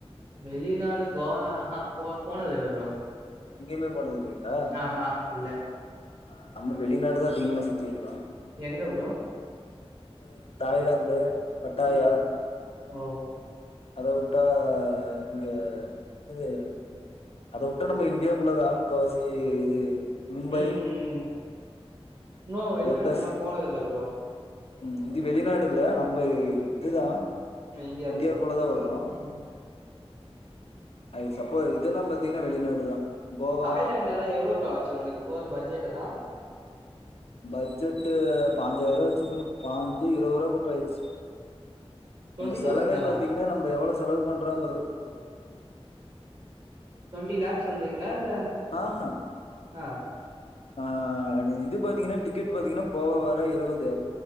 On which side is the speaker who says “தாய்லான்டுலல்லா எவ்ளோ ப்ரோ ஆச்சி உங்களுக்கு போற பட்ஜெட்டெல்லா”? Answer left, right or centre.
Right